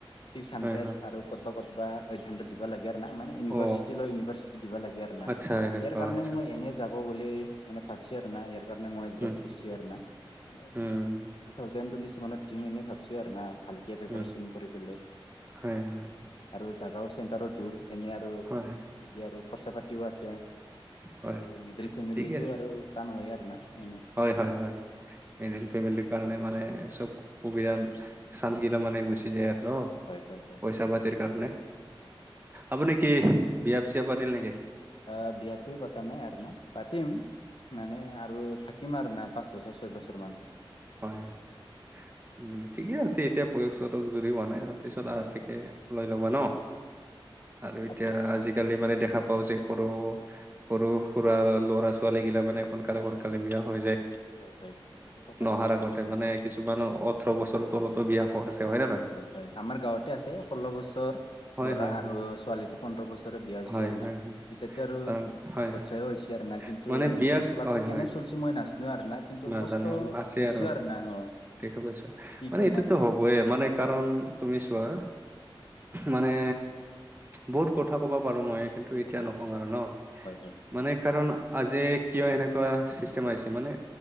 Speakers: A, on the left; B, on the right.
A: ছিক্স হাণ্ড্ৰেড
B: হয় হয়
A: আৰু ক'বা ক'ৰবাত এইট হাণ্ড্ৰেড দিবা লাগে। না মানে ইউনিভাৰ্চিটি
B: অ
A: লৈ ইউনিভাৰ্চিটি দিব লাগে আৰু না।
B: আচ্ছা এনেকুৱা
A: ইয়াৰ কাৰণে
B: আচ্ছা
A: মই এনে যাব বুলি মানে ভাবিছো আৰু না ইয়াৰ কাৰণে মই দ্ৰপ
B: উম
A: থৈছো আৰু না। মানে
B: উম
A: টু থাউজেন টোৱেন্টি চছেনত দিম এনে ভাবছো আৰু না ভাল। কে প্ৰিপাৰ্যন
B: উম
A: কৰি পেলাই
B: হয় হয়
A: আৰু জাগাও চেণ্টাৰো দূৰ। এনে আৰু
B: হয় হয়
A: কি আৰু খৰচা পাতিও আছে।
B: হয়
A: আৰু
B: হয়।
A: মিডিল ফেমিলি
B: ঠিকে আছে
A: আৰু টান হয় আৰু না এনে।
B: হয় হয় হয়। মিডিল ফেমিলিৰ কাৰণে মানে চব সুবিধা চান্স গিলা মানে গুচি যায় আৰু ন।
A: হয় হয় হয়
B: পইচা পাতিৰ কাৰণে
A: হয় হয়।
B: আপুনি কি বিয়া-চিয়া পাতিল নেকি?
A: আহ বিয়াটো পতা নাই আৰু ন পাতিম। মানে আৰু থাকিম আৰু না পাঁচ বছৰ ছয় বছৰ মান।
B: হয় হয়
A: হয়
B: উম ঠিকে আছে এতিয়া বয়সটোক যদি বোৱা নাই আৰু পিছত আসকে
A: হয় হয়
B: লৈ ল'ব ন।
A: হয়।
B: আৰু এতিয়া
A: আপু উম
B: আজিকালি
A: উম উম
B: মানে দেখা পাও যে সৰু সৰু-সুৰা ল'ৰা-ছোৱালী গিলা মানে সোনকালে সোনকালে বিয়া হৈ যায়।
A: হয় হয় এইটো সঁচা কথা।
B: অহাৰ
A: কিন্তু
B: আগতে
A: হয়
B: মানে কিছুমান
A: উম।
B: ওঠৰ বছৰ তলতো বিয়া হোৱা আছে। নে
A: হয়
B: নহয়?
A: হয় হয় আমাৰ গাঁৱতে আছে ষোল্ল বছৰ
B: হয়
A: ল'ৰা
B: হয়
A: আৰু
B: হয়
A: ছোৱালীটো। পোন্ধৰ বছৰে বিয়া হৈছে
B: হয়
A: আৰু
B: হয়
A: না
B: হয়
A: এতিয়াতো আৰু
B: কাৰণ হয়
A: পচায়ও
B: হয়
A: হৈছে আৰু নাই কিন্তু
B: মানে বিয়াত
A: ঘৰ চলাটো
B: হয়
A: কেনে
B: হয়
A: পিছে মই নাচো আৰু না, কিন্তু
B: নাজানো
A: কষ্ট
B: আছে
A: দেখছো
B: আৰু
A: না হয়
B: দেখা পাইছো
A: কি
B: মানে
A: ক'ম
B: এইটোতো
A: আৰু আৰু
B: হবইে মানে। কাৰণ
A: হয়
B: তুমি চোৱা
A: হয়
B: মানে বহুত কথা ক'ব পাৰো মই কিন্তু এতিয়া নকওঁ আৰু ন।
A: হয় হয়
B: মানে কাৰণ আজি কিয় এনেকুৱা চিষ্টেম আহিছে মানে